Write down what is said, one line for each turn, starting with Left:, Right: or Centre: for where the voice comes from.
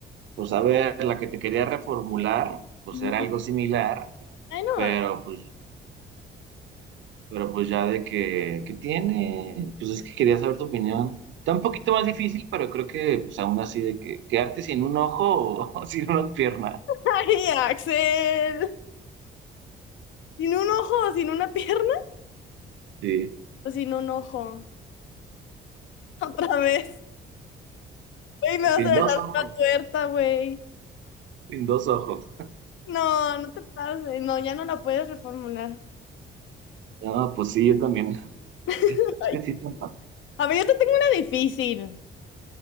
Right: pues a ver, la que te quería reformular, pues
Left: Ujú.
Right: era algo similar.
Left: Ay, no.
Right: Pero pues Pero pues ya de que, que tiene, pues es que quería saber tu opinión. Está un poquito más difícil, pero creo que pues aún así de que quedarte sin un ojo o, <laughs> o sin una pierna.
Left: Ay, Axel. Sin un ojo, sin una pierna
Right: Sí,
Left: o sin un ojo. <laughs> Otra vez. Güey, me
Right: o
Left: vas
Right: sin
Left: a dejar
Right: dos ojos,
Left: la tuerta, güey.
Right: sin dos ojos.
Left: No, no te pases. No, ya no la puedes reformular.
Right: No, pues sí, yo también.
Left: <laughs>
Right: Es
Left: Ay.
Right: que sí, está fa-
Left: A ver, yo te tengo una difícil.